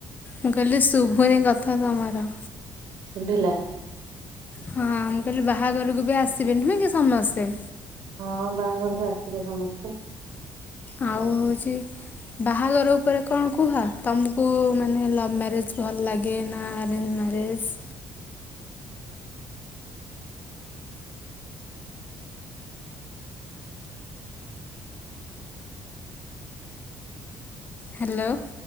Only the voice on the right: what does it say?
ଶୁଭିଲା।
ହଁ ବାହାଘରକୁ ଆସିଥିଲେ ସମସ୍ତେ।